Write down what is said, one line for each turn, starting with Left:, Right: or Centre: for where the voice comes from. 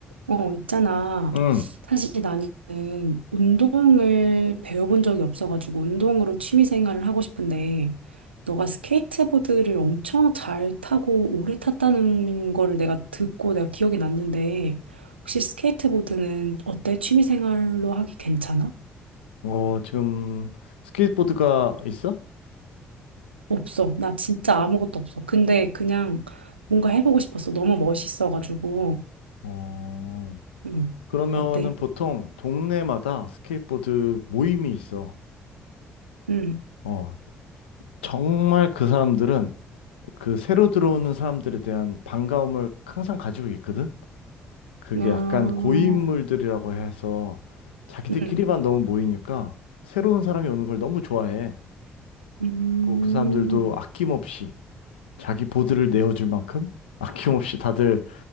Right: 어, 있잖아.
Left: 응.
Right: 사실 나는 운동을 배워본 적이 없어가지고 운동으로 취미 생활을 하고 싶은데 너가 스케이트보드를 엄청 잘 타고 오래 탔다는 거를 내가 듣고 내가 기억이 났는데 혹시 스케이트보드는 어때? 취미 생활로 하기 괜찮아?
Left: 어, 지금 스케이트보드가 있어?
Right: 없어. 나 진짜 아무것도 없어. 근데 그냥 뭔가 해보고 싶었어. 너무 멋있어가지고.
Left: 어,
Right: 응.
Left: 그러면은
Right: 어때?
Left: 보통 동네마다 스케이트보드 모임이 있어.
Right: 응.
Left: 어, 정말 그 사람들은 그 새로 들어오는 사람들에 대한 반가움을 항상 가지고 있거든? 그게
Right: 아,
Left: 약간 고인물들이라고 해서 자기들끼리만
Right: 응.
Left: 너무 모이니까 새로운 사람이 오는 걸 너무 좋아해.
Right: 음.
Left: 그리고 그 사람들도 아낌없이 자기 보드를 내어줄 만큼 아낌없이 다들